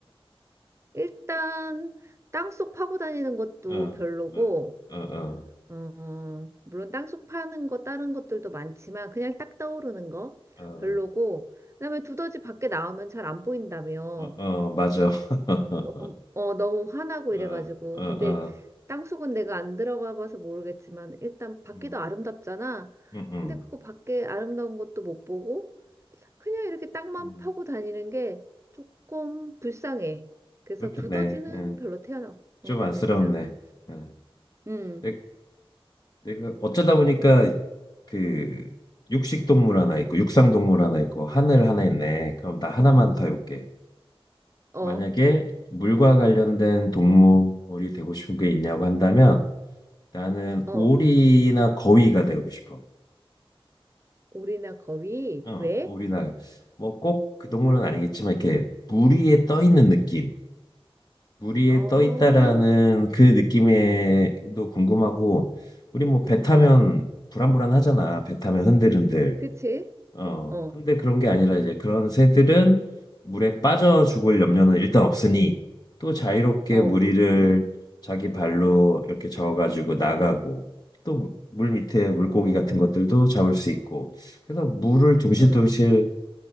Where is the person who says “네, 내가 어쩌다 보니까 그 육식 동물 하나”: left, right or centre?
Left